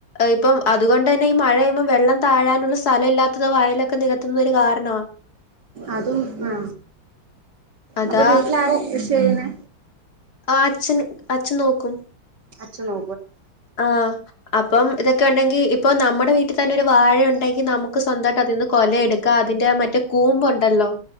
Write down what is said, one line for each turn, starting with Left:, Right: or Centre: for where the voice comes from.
Left: ഇപ്പം അതുകൊണ്ട് തന്നെ ഈ മഴയൊന്നും വെള്ളം താഴാനുള്ള സ്ഥലം ഇല്ലാത്തത് വയലൊക്കെ നികത്തുന്നത്. ഒരു കാരണ
Right: അതും ആ
Left: അതാ
Right: അപ്പൊ വീട്ടിൽ ആരാ കൃഷി ചെയ്യുന്നേ
Left: ആ അച്ഛൻ അച്ഛൻ നോക്കും
Right: അച്ഛനോ
Left: ആഹ് അപ്പം ഇതൊക്കെ ഉണ്ടെങ്കി ഇപ്പൊ നമ്മുടെ നമ്മടെ വീട്ടിൽ തന്നെ ഒരു വാഴ ഉണ്ടെങ്കി നമുക്ക് സ്വന്തമായിട്ട് അതിൽ നിന്ന് കൊല എടുക്കാം അതിന്റെ മറ്റു കൂമ്പുണ്ടല്ലോ